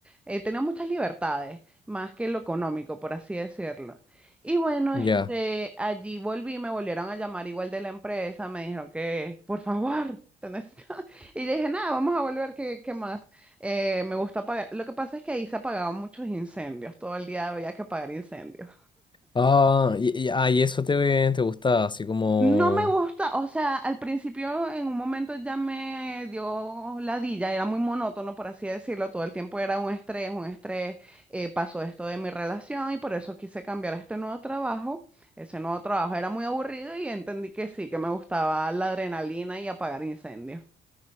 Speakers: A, in the centre; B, on the left.
A: eh, tenía muchas libertades, más que lo económico, por así decirlo. Y bueno,
B: ya.
A: este, allí volví, me volvieron a llamar igual de la empresa, me dijeron que, por favor, te necesito. <laughs> Y yo dije, nada, vamos a volver, ¿qué, qué más? Eh, me gusta apagar. Lo que pasa es que ahí se apagaban muchos incendios, todo el día había que apagar incendios.
B: Ah, y, y- ah, y eso te, te gustaba, así como...
A: No me gusta, o sea, al principio en un momento ya me dio ladilla, era muy monótono, por así decirlo, todo el tiempo era un estrés, un estrés, eh, pasó esto de mi relación y por eso quise cambiar a este nuevo trabajo. Ese nuevo trabajo era muy aburrido y entendí que sí, que me gustaba la adrenalina y apagar incendios